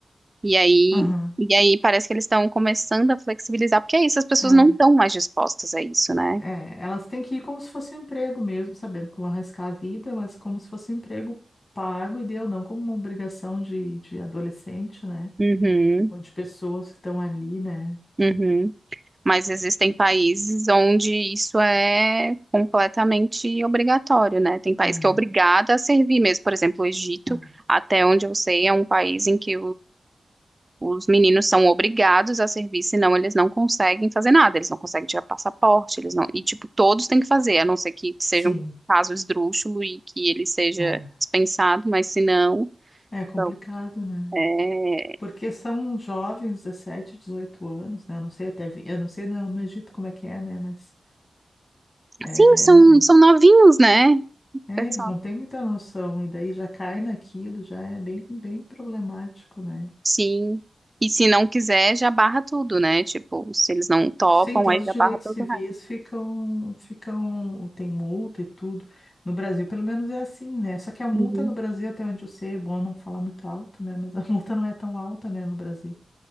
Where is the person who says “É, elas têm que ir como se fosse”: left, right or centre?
Left